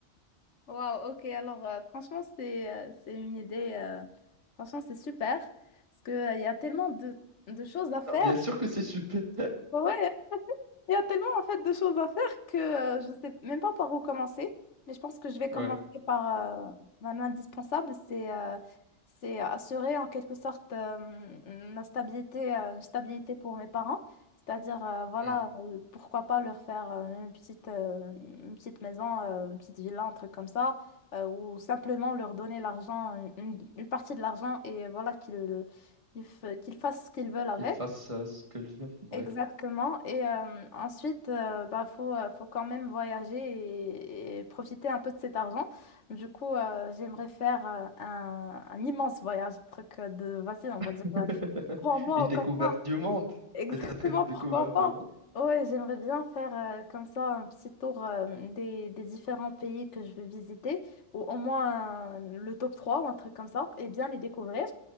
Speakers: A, on the left (about 75°); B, on the right (about 25°).
A: Wow, ok. Alors, euh, franchement, c'est euh, c'est une idée. euh, franchement, c'est super. Parce que euh, il y a tellement de, de choses à faire.
B: Ah, Bien sûr que c'est super.
A: <laughs> Ouais, Il y a tellement en fait de choses à faire que euh, je ne sais même pas par où commencer, mais je pense que je vais
B: Ouais.
A: commencer par euh, un indispensable, c'est euh, c'est assurer en quelque sorte euh, la stabilité, euh, une stabilité pour mes parents, c'est-à-dire euh, voilà,
B: Hmm.
A: euh, pourquoi pas leur faire euh, une petite, euh, une petite maison, euh, une petite villa, un truc comme ça, euh, ou simplement leur donner l'argent, une, une partie de l'argent et voilà qu'ils qu'ils f- qu'ils fassent ce qu'ils veulent avec.
B: Qu'il fasse euh, ce que le veut. Ouais.
A: Exactement. Et euh, ensuite, euh, bah, faut, euh, faut quand même voyager et, et profiter un peu de cet argent. Du coup, euh, j'aimerais faire euh, un, un immense voyage, un truc euh, de, vas-y, on va dire,
B: <laughs>
A: euh, trois mois
B: Une
A: ou
B: découverte
A: quatre mois.
B: du monde.
A: <laughs> Exactement,
B: Peut-être une découverte
A: pourquoi pas?
B: du monde.
A: Ouais, j'aimerais bien faire euh, comme ça un petit tour euh, des, des différents pays que je veux visiter, ou au moins euh, le top 3 ou un truc comme ça, et bien les découvrir.